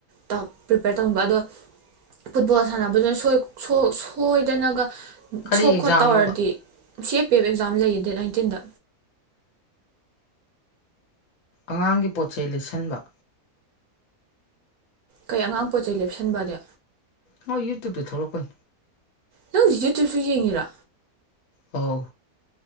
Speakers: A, on the right; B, on the left.
A: ꯇꯥꯛ ꯄ꯭ꯔꯤꯄꯦꯌꯔ ꯇꯧꯅꯤꯡꯕ ꯑꯗꯣ ꯐꯨꯠꯕꯣꯜ ꯁꯥꯟꯅꯕꯗꯨꯗ ꯁꯣꯏ ꯁꯣꯏ ꯁꯣꯏꯗꯅꯒ
B: ꯀꯔꯤ
A: ꯁꯣꯛ
B: ꯑꯦꯛꯖꯥꯝꯅꯣꯕ
A: ꯈꯣꯠ ꯇꯧꯔꯗꯤ C A P F exam ꯂꯩꯌꯦ ꯗꯦꯠ ꯅꯥꯏꯟꯇꯤꯟꯗ
B: ꯑꯉꯥꯡꯒꯤ ꯄꯣꯠꯆꯩ ꯂꯩꯁꯟꯕ
A: ꯀꯩ ꯑꯉꯥꯡ ꯄꯣꯠ ꯆꯩꯩ ꯂꯦꯞꯁꯟꯕꯗꯦ
B: ꯃꯣꯏ ꯌꯨꯇꯨꯞꯇꯥ ꯊꯣꯛꯂꯛꯄꯩ
A: ꯅꯪ ꯍꯧꯖꯤꯛ ꯌꯨꯇꯨꯞꯁꯨ ꯌꯦꯡꯉꯤꯔꯣ
B: ꯑꯥꯎ